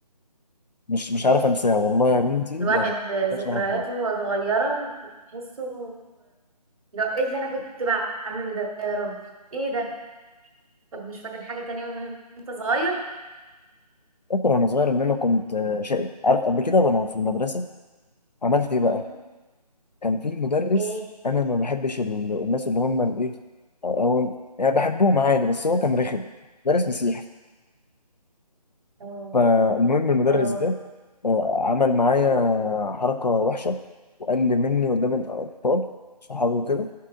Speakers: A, on the left; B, on the right.
A: مش مش
B: يعني
A: عارف أنساها والله يا بنتي
B: الواحد
A: يعني
B: ذكرياته
A: مش لحد دلوقتي
B: وهو صغيرة تحسه لا ايه اللي انا كنت بعمله ده يا ربي ايه ده طب مش فاكر حاجة تانية من انت صغير
A: فاكر وأنا صغير إن أنا كنت آه، شقي عارف قبل كده وأنا في المدرسة عملت إيه بقى؟
B: مم.
A: كان في مدرس
B: ايه
A: انا ما بحبش ال- الناس اللي هم الايه او يعني بحبهم عادي بس هو كان رخم مدرس مسيحي
B: اه
A: فالمهم المدرس
B: اه
A: ده آه، عمل معايا حركة وحشة وقل مني قدام الأطفال صحابي وكده